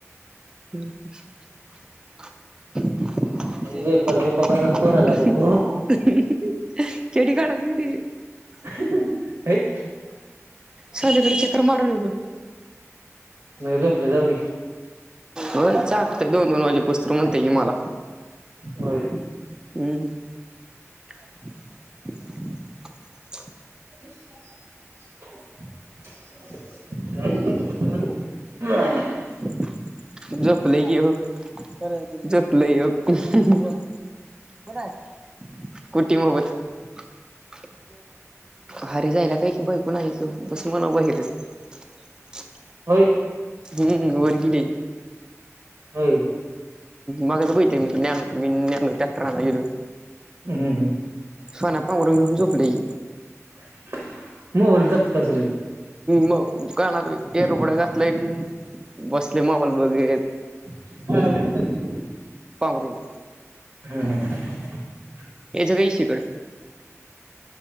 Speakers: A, on the right; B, on the right.
A: <inaudible> <inaudible>
B: जे पाल बाप्पा कसा घोराला बघ
A: <unintelligible>
B: <unintelligible>
A: शालीकडे चक्कर मारून येतो.
B: नाही झोपल जाऊदे.
A: व्हय चालतंय दोन दोन माजे पास्तूर म्हणतय ये मला.
B: होय
A: हम्म. <unintelligible>
B: <inaudible> <unintelligible>
A: <unintelligible> <unintelligible> कुटी मोबत <unintelligible>
B: होय.
A: हम्म वर की.
B: हम्म.
A: माग त प मी टॅक्टर आणल.
B: हम्म हम्म
A: सान पांगरू नंगून झोपली ही
B: <unintelligible>
A: मग कानात एर उबड घातलंय बसले मोबाईल मध्ये
B: <unintelligible>
A: पांघरून.
B: <unintelligible>
A: याच काही शिकड.